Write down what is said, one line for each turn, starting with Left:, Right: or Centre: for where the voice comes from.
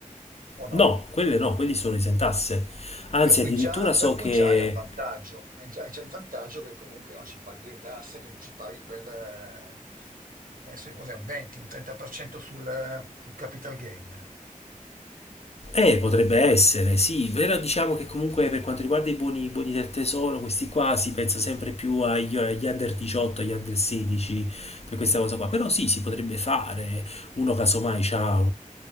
Right: o no?
Left: No, quelle no, quelli sono esentasse. Anzi,
Right: Per cui
Left: addirittura
Right: già,
Left: so
Right: per cui
Left: che
Right: già è un vantaggio, hai già, hai già il vantaggio che comunque non ci paghi le tasse, che non ci paghi quel... eh, che ne so io, cos'è, un 20, un 30% sul, sul capital gain. Boh.
Left: Eh, potrebbe essere, sì, però diciamo che comunque per quanto riguarda i buoni, i buoni del tesoro, questi qua si pensa sempre più agli, agli under 18, agli under 16, per questa cosa qua, però sì, si potrebbe fare, uno casomai ha